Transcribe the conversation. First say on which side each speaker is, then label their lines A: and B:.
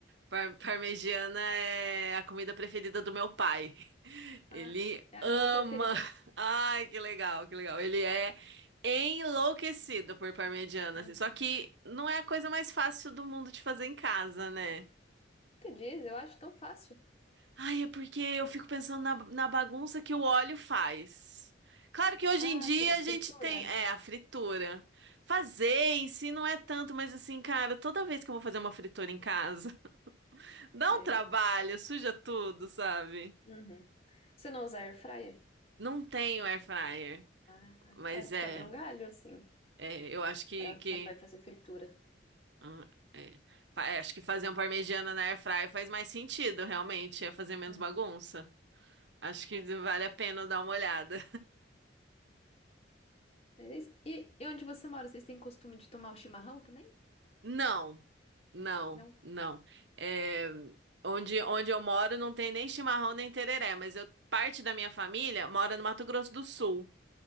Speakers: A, on the right; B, on the left.
A: Par- parmegiana é a comida preferida do meu pai. <laughs>
B: Ah,
A: Ele
B: é a
A: ama.
B: minha preferida.
A: Ai, que legal, que legal. Ele é enlouquecido por parmegiana,
B: Uhum.
A: assim. Só que não é a coisa mais fácil do mundo de fazer em casa, né?
B: Tu diz, eu acho tão fácil.
A: Ai, é porque eu fico pensando na, na bagunça que o óleo faz. Claro que hoje
B: Ah,
A: em dia
B: sim, a
A: a gente
B: fritura,
A: tem,
B: né?
A: é, a fritura. Fazer em si não é tanto, mas assim, cara, toda vez que eu vou fazer uma fritura em casa, <laughs> dá
B: É.
A: um trabalho, suja tudo, sabe?
B: Uhum. Você não usa air fryer?
A: Não tenho air fryer,
B: Ah,
A: mas
B: é, quebra
A: é,
B: um galho, assim,
A: é, eu acho que,
B: pra
A: que
B: quando vai fazer fritura.
A: ah, é, fa- é, acho que fazer um parmegiana na air fryer faz mais sentido, realmente, é fazer menos
B: Uhum.
A: bagunça. Acho que
B: É.
A: vale a pena eu dar uma olhada.
B: Beleza. E, e onde você mora? Vocês têm costume de tomar o chimarrão também?
A: <laughs> Não. Não,
B: Não?
A: não. É, onde, onde eu moro não tem nem chimarrão nem tereré, mas eu, parte da minha família mora no Mato Grosso do Sul.